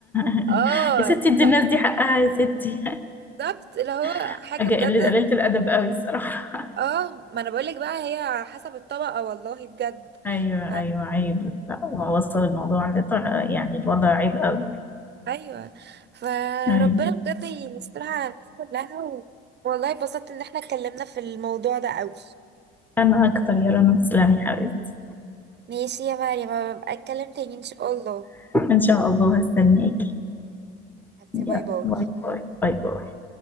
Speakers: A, in the centre; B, on the right (about 30°).
A: <laughs>
B: اه
A: يا ستي ادي
B: لا
A: الناس دي حقها يا ستي
B: بالظبط اللي هو
A: <laughs>
B: حاجه
A: حاجة
B: بجد
A: قل- قليلة الأدب قوي الصراحة
B: اه ما انا بقولك بقى هي على حسب الطبقه والله بجد
A: أيوة
B: ف...
A: أيوة عيب لا وصل الموضوع لطر... يعني الوضع عيب قوي
B: ايوه فربنا
A: أيوة.
B: مم. بجد يسترها على الناس كلها و... والله اتبسطت ان احنا اتكلمنا في الموضوع ده قوي
A: أنا أكتر يا رنا تسلمي يا حبيبتي
B: ماشي يا مريم أبقى اتكلم تاني ان شاء الله
A: <laughs> إن شاء الله هستناكي
B: حبيبتي
A: يلا
B: باي باي
A: باي باي باي باي